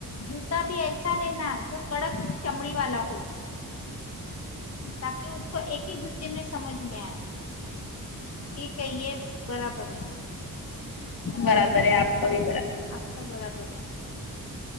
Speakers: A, on the left; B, on the left.
A: जता भी ऐसा लना जो कडक चमडी वाला हो. ताकीि उको एक ह जुते मे समज म आय ठीक आहे ये बराबर है. बराबर
B: बराबर है आपका भी
A: आहे.